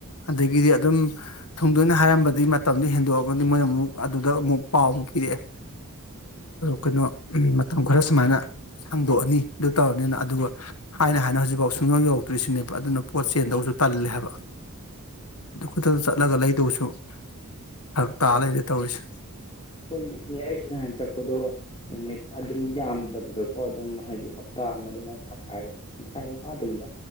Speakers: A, on the left (about 80°); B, on the left (about 25°).
A: ꯑꯗꯒꯤꯗꯤ ꯑꯗꯨꯝ ꯊꯨꯡꯗꯣꯏꯅꯦ ꯍꯥꯏꯔꯝꯕꯗꯒꯤ ꯃꯇꯝꯗꯨ ꯍꯦꯟꯗꯣꯛꯑꯒꯗꯤ ꯃꯣꯏꯅ ꯑꯃꯨꯛ ꯑꯗꯨꯗ ꯑꯃꯨꯛ ꯄꯥꯎ ꯑꯃꯨꯛ ꯄꯤꯔꯛꯑꯦ ꯀꯩꯅꯣ ꯃꯇꯝ ꯈꯔ ꯁꯨꯃꯥꯏꯅ ꯁꯥꯡꯗꯣꯛꯑꯅꯤ ꯑꯗꯨ ꯇꯧꯔꯅꯤꯅ ꯑꯗꯨꯒ ꯍꯥꯏꯅ ꯍꯥꯏꯅ ꯍꯧꯖꯤꯛꯐꯥꯎ ꯁꯨꯡꯌꯧ ꯌꯧꯔꯛꯇ꯭ꯔꯤꯁꯤꯅꯦꯕ ꯑꯗꯨꯅ ꯄꯣꯠ ꯆꯦꯟꯗꯧꯁꯨ ꯇꯜꯂꯦ ꯍꯥꯏꯕ ꯑꯗꯨ ꯈꯨꯛꯇꯛꯇ ꯆꯠꯂꯒ ꯂꯩꯗꯧꯁꯨ ꯐꯔꯛ ꯇꯥ ꯂꯩꯔꯦ ꯇꯧꯔꯤꯁꯦ
B: ꯍꯣꯏꯅꯦ ꯑꯩꯁꯨ ꯅꯍꯥꯟ ꯀꯛꯄꯗꯣ ꯅꯨꯃꯤꯠ ꯑꯗꯨꯝ ꯌꯥꯝꯗꯕꯗꯀꯣ ꯑꯗꯨꯝ ꯍꯥꯏꯗꯤ ꯍꯞꯇꯥ ꯑꯃꯗꯨꯅ ꯊꯥꯈꯥꯏ ꯥꯇꯪꯈꯥꯏ ꯐꯥꯎ ꯐꯥꯗꯕꯅꯤꯗ